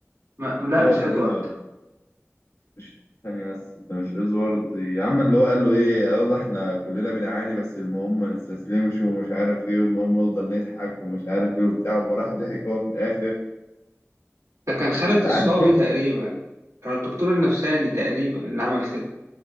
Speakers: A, on the right; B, on the left.
A: ما لا
B: هو
A: مش
B: كان
A: إدوارد
B: ادوارد مش ثانية بس انت مش ادوارد يا عم اللي هو قال له ايه يلا احنا كلنا بنعاني بس المهم ما نستسلمش ومش عارف ايه والمهم نفضل نضحك ومش عارف ايه وبتاع وراح ضحك هو في الاخر
A: ده كان خالد
B: انت عارف
A: الصاوي
B: ايه
A: تقريبا كان الدكتور النفساني تقريبا اللي عمل كده